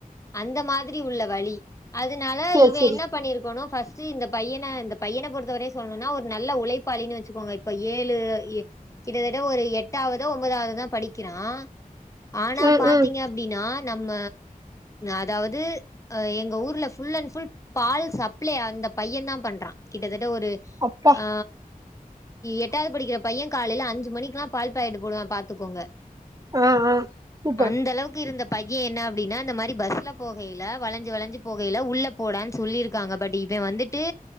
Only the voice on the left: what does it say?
அந்த மாதிரி உள்ள வழி அதுனால
இவ
என்ன பண்ணிருக்கணு பர்ஸ்ட் இந்த பையன இந்த பையன பொறுத்தவரையு சொல்லணுனா ஒரு நல்ல உழைப்பாளினு வெச்சுக்கோங்க இப்ப ஏழு ஏ கிட்டத்தட்ட ஒரு எட்டாவதோ ஒன்பதாவதோ தா படிக்கிறா ஆனா
பாத்தீங்க
அப்படினா நம்ம அதாவது எங்க ஊர்ல ஃபுல் அன் ஃபுல் பால் சப்ளை அந்த பையன் தா பண்றான் கிட்டத்தட்ட எந்த ஒரு
ஆ எட்டாவது படிக்கிற பையன் காலையில அஞ்சு மணிக்கெல்லா பால் சைடு போடுவா பாத்துக்கோங்க
அந்த அளவுக்கு இருந்த பையன் என்ன அப்படின்னா இந்த மாரி பஸ்ல போகையில வளஞ்சு வளஞ்சு போகையில உள்ள போடானு சொல்லிருக்காங்க பட் இவ வந்துட் டு